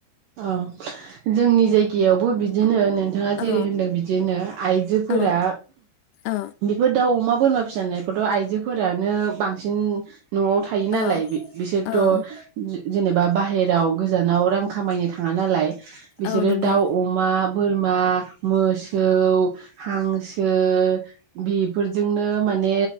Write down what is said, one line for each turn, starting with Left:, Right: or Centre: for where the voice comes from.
Right: औ जोंनि जायगायावबो बिदिनो नोंथाङा जेरै
Left: औ
Right: होनदों बिदिनो आइजोफोरा
Left: औ औ
Right: बेफोर दाउ अमा बोरमा फिसिनायखौथ आइजोफोरानो बांसिन नआव थायो नालाय
Left: औ
Right: बिसोरथ
Left: औ
Right: जेनेबा बाहेराव गोजानाव रां खामायनो थाङा नालाय बिसोरो
Left: औ नंगौ
Right: दाउ अमा बोरमा मोसौ हांसो बेफोरजोंनो माने